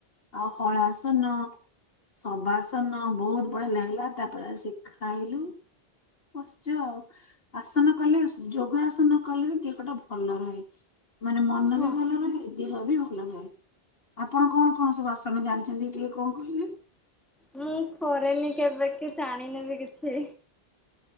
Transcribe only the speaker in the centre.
ହଁ।
ମୁଁ କରେନି କେବେ କି ଜାଣିନିବି କିଛି